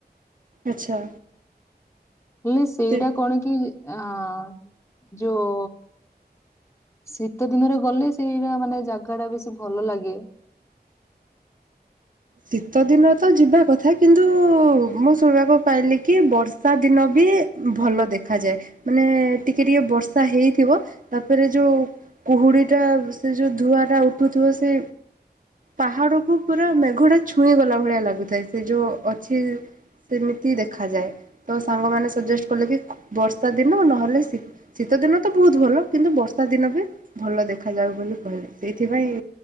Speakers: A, on the right (about 50°); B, on the left (about 15°).
A: ଆଚ୍ଛା।
B: ହେଲେ ସେଇଟା
A: ସେ
B: କଣ କି ଆଁ ଯୋଉ ଶୀତ ଦିନରେ ଗଲେ ସେଇଟା ମାନେ ଜାଗାଟା ବେଶୀ ଭଲ ଲାଗେ।
A: ଶୀତଦିନରେ ତ ଯିବା କଥା, କିନ୍ତୁ-ଉ ମୁଁ ଶୁଣିବାକୁ ପାଇଲି କି ବର୍ଷାଦିନ ବି ଭଲ ଦେଖାଯାଏ ମାନେ ଟିକେ ଟିକେ ବର୍ଷା ହେଇଥିବ ତାପରେ ଯୋଉ କୁହୁଡି ଟା ସେ ଯୋଉ ଧୂଆଁଟା ଉଠୁଥିବ ସେ ପାହାଡକୁ ପୁରା ଘୁଟା ଛୁଇଁ ଗଲା ଭଳିଆ ଲାଗୁଥାଏ ସେ ଯଉ ଅଛି ସେମିତି ଦେଖାଯାଏ। ତ ସାଙ୍ଗମାନେ ସଜେଷ୍ଟ କଲେ କି ବର୍ଷାଦିନ ନହେଲେ ଶୀ-ଶୀତଦିନ ତ ବହୁତ୍ ଭଲ, କିନ୍ତୁ ବର୍ଷାଦିନ ବି ଭଲ ଦେଖାଯାଉ ବୋଲି କହିଲେ, ସେଇଥିପାଇଁ